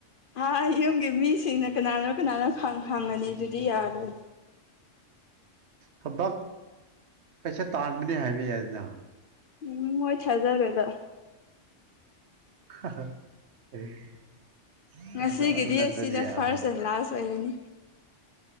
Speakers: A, on the left; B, on the right.
A: ꯑ ꯌꯨꯝꯒꯤ ꯃꯤꯁꯤꯡꯅ ꯀꯅꯥꯅꯣ ꯀꯅꯥꯅꯣ ꯍꯪꯉꯅꯤ ꯑꯗꯨꯗꯤ ꯌꯥꯔꯅꯤ
B: ꯊꯕꯛ ꯄꯩꯁꯥ ꯇꯥꯟꯕꯅꯦ ꯍꯥꯏꯕ ꯌꯥꯏ ꯑꯗꯨꯅ
A: ꯎꯝ ꯍꯣꯏꯠ ꯍꯖꯔꯗ
B: <unintelligible>
A: ꯉꯁꯤꯒꯤꯗꯤ
B: ꯑ ꯑꯗꯨ ꯅꯠꯇ꯭ꯔꯗꯤ
A: ꯑꯁꯤꯅ ꯐꯥꯔꯁ
B: ꯑ
A: ꯑꯦꯟ ꯂꯥꯁ ꯑꯣꯏꯔꯅꯤ